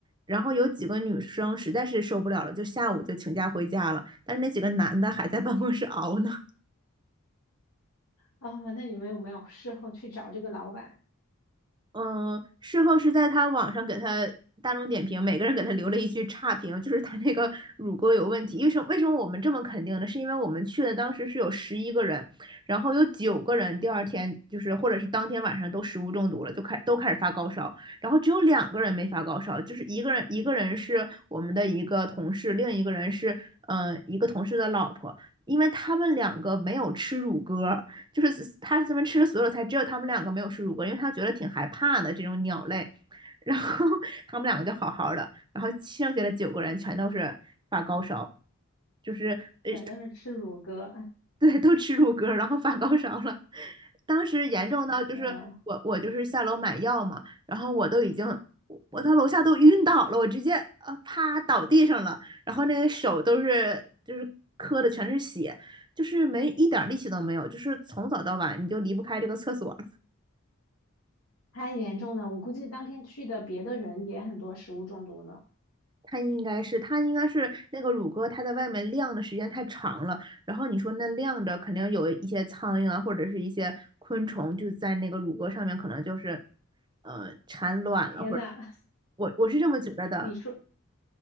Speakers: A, on the right (about 20°); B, on the left (about 80°).
A: 然后有几个女生实在是受不了了，就下午就请假回家了，但是那几个男的还在办公室熬呢。
B: 哦，那你们有没有事后去找这个老板，
A: 嗯，事后是在他网上给他大众点评，每个人给他留了一句差评，就是他那个 <laughs> 乳沟有问题。为什么为什么我们这么肯定呢？是因为我们去的当时是有十一个人，然后有九个人第二天就是或者是当天晚上都食物中毒了，就开都开始发高烧，然后只有两个人没发高烧，就是一个人一个人是我们的一个同事，另一个人是嗯、呃一个同事的老婆，因为他们两个没有吃乳鸽，就是他这边吃了所有菜，只有他们两个没有吃乳鸽，因为他觉得挺害怕的这种鸟类。<laughs> 然后他们两个就好好的，然后剩下的九个人全都是发高烧，就是呃
B: 反正是吃乳鸽，
A: 对，都吃乳鸽然后发高烧了。当时严重到就是我我就是下楼买药嘛，
B: 嗯、
A: 然后我都已经我我到楼下都晕倒了，我直接呃啪倒地上了，然后那个手都是就是磕的全是血，就是没一点力气都没有，就是从早到晚你就离不开这个厕所，
B: 太严重了，我估计当天去的别的人也很多食物中毒了。
A: 它应该是，它应该是那个乳鸽，它在外面晾的时间太长了。然后你说那晾着，肯定有一些苍蝇啊，或者是一些昆虫，就在那个乳鸽上面，可能就是，呃，产卵了，
B: 天呐，
A: 或者
B: <laughs>
A: 我我是这么觉得的。
B: 你说